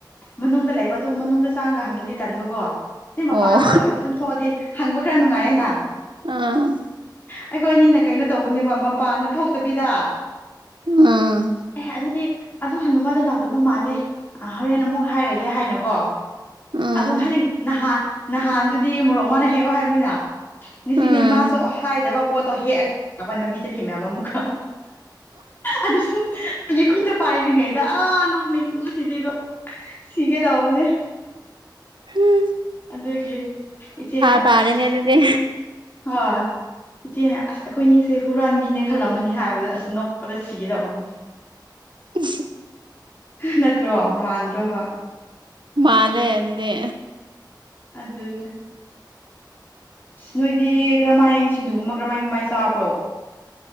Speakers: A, on the left; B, on the right.
A: ꯃꯅꯨꯡꯗ ꯂꯩꯕ ꯑꯗꯨꯝ ꯃꯅꯨꯡꯗ ꯆꯥꯡꯒ ꯍꯪꯕꯗꯤ ꯇꯟꯕꯀꯣ ꯁꯤ
B: ꯑꯣ
A: ꯃꯄꯥꯟꯗ ꯑꯣꯏꯕ ꯑꯗꯨꯝ ꯊꯣꯛꯑꯗꯤ ꯍꯪꯕ ꯈꯔ ꯅꯨꯡꯉꯥꯏꯌꯦꯅ
B: ꯑꯝ
A: ꯑꯩꯈꯣꯏ ꯑꯅꯤꯅ ꯀꯩꯅꯣ ꯇꯧꯕꯅꯦꯕ ꯃꯄꯥꯟꯗ ꯊꯣꯛꯇꯕꯤꯗ
B: ꯎꯝ
A: ꯑꯦ ꯑꯗꯨꯗꯤ ꯑꯗꯨ ꯍꯟꯗ ꯃꯥꯗꯣ ꯂꯥꯛꯇꯕ ꯃꯥꯜꯂꯦ ꯍꯣꯔꯦꯟ ꯑꯃꯨꯛ ꯍꯥꯏꯔꯒꯦ ꯍꯥꯏꯅꯀꯣ
B: ꯎꯝ
A: ꯑꯗꯨꯣ ꯍꯥꯏꯌꯦꯡ ꯅꯍꯥꯟ ꯅꯍꯥꯟꯗꯨꯗꯤ ꯃꯣꯔꯣꯛ ꯃꯥꯅ ꯍꯦꯛꯑꯣ ꯍꯥꯏꯕꯅꯤꯅ ꯉꯁꯤꯗꯤ
B: ꯎꯝ
A: ꯃꯥꯁꯨ ꯍꯥꯏꯗꯕ ꯄꯣꯠꯇꯣ ꯍꯦꯛꯑꯄ ꯂꯝꯕꯤꯗ ꯊꯦꯡꯅꯕ ꯑꯃꯨꯛꯀ ꯑꯗꯨ ꯁꯨꯝ ꯑꯩꯒꯤ ꯈꯨꯠꯇ ꯄꯥꯏꯔꯤꯉꯩꯗ ꯑꯥ ꯅꯣꯡꯃꯤ ꯉꯣꯁꯤꯗꯤ ꯁꯤꯒꯦ ꯇꯎꯅꯦ
B: ꯎꯝ
A: ꯑꯗꯨꯗꯒꯤ ꯏꯆꯦꯅ
B: ꯇꯥꯔꯦꯅꯦ
A: ꯑꯁ
B: ꯑꯗꯨꯗꯤ
A: ꯍ ꯏꯆꯦꯅꯦ ꯑꯁ ꯑꯩꯈꯣꯏꯅꯤꯁꯦ ꯍꯨꯔꯥꯟꯕꯤꯅꯦ ꯈꯜꯂꯝꯃꯅꯤ ꯍꯥꯏꯕꯗ ꯑꯁ ꯅꯣꯛꯄꯗ ꯁꯤꯒꯗꯕꯅꯦ
B: ꯎ
A: ꯅꯠꯇ꯭ꯔꯣ ꯃꯥꯟꯗ꯭ꯔꯣꯕ
B: ꯃꯥꯂꯦꯗꯤ
A: ꯑꯗꯨꯗꯅꯦ ꯅꯣꯏꯗꯤ ꯀꯔꯝꯍꯥꯏ ꯁꯤꯡꯖꯨꯒꯨꯝꯕ ꯀꯔꯝꯃꯥꯏ ꯀꯔꯃꯥꯏꯅ ꯆꯥꯕ꯭ꯔꯣ